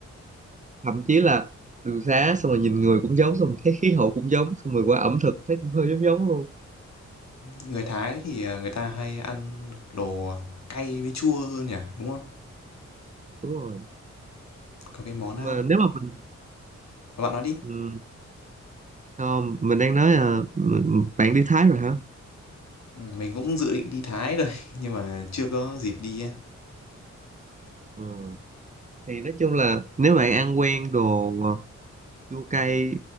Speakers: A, on the right; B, on the left.
A: thậm chí là đường xá xong rồi nhìn người cũng giống xong rồi thấy khí hậu cũng giống xong rồi qua ẩm thực thấy cũng hơi giống giống luôn
B: Người Thái thì ờ, người ta hay ăn đồ cay với chua hơn nhỉ, đúng không?
A: đúng rồi
B: Có cái món
A: mà
B: à,
A: nếu mà mình
B: bạn nói đi.
A: ừ, không, mình đang nói là bạn đi Thái rồi hả
B: Ừ, Mình cũng dự định đi Thái rồi <laughs> nhưng mà chưa có dịp đi á.
A: Ừ. thì nói chung là nếu bạn ăn quen đồ ờ, chua cay